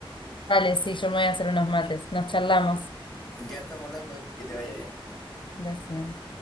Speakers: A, on the left; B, in the centre.
A: Vale, sí, yo me voy a hacer unos mates. Nos charlamos.
B: Ya estamos hablando, que te vaya bien.
A: Gracias.